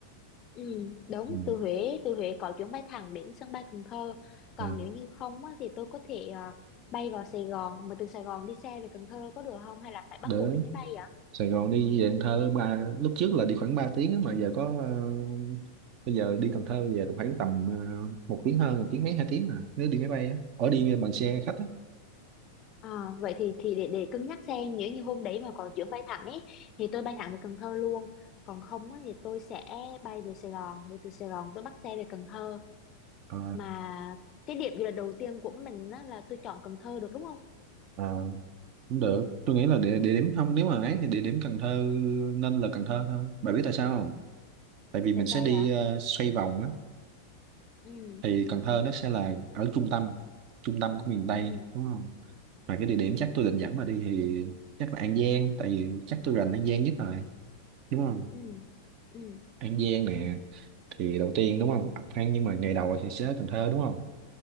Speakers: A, on the left; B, on the right.
A: Ừ, đúng
B: ừ.
A: từ Huế từ Huế có chuyến bay thẳng đến sân bay Cần Thơ còn
B: à,
A: nếu như không á, thì tôi có thể à, bay vào Sài Gòn mà từ Sài Gòn đi xe về Cần Thơ có được không hay là phải
B: đến
A: bắt buộc đi máy bay vậy
B: Sài Gòn đi về Cần Thơ ba lúc trước là đi khoảng 3 tiếng á, mà giờ có ờ, bây giờ đi Cần Thơ về được khoảng tầm ờ, một tiếng hơn một tiếng mấy hai tiếng mà nếu đi máy bay á ở đi bằng xe khách á
A: à, vậy thì thì để để cân nhắc xem nếu như hôm đấy mà có chuyến bay thẳng ấy thì tôi bay thẳng về Cần Thơ luôn còn không á, thì tôi sẽ bay về Sài Gòn rồi từ Sài Gòn tôi bắt xe về Cần Thơ
B: Ờ,
A: mà cái điểm du lịch đầu tiên của mình á, là tôi chọn Cần Thơ được đúng không
B: ờ, cũng được tôi nghĩ là địa, địa điểm không nếu mà ấy thì địa điểm Cần Thơ nên là Cần Thơ thôi bà biết tại sao không tại vì mình
A: tại
B: sẽ
A: sao
B: đi
A: vậy
B: ờ, xoay vòng á
A: ừ
B: thì Cần Thơ nó sẽ là ở trung tâm trung tâm của miền Tây
A: ừ
B: đúng không mà cái địa điểm
A: ừ
B: chắc tôi định dẫn bà đi thì chắc là An Giang tại vì chắc tôi rành An Giang nhất rồi đúng không
A: ừ ừ
B: An Giang nè thì đầu tiên đúng không Phan nhưng mà ngày đầu thì sẽ ở Cần Thơ đúng không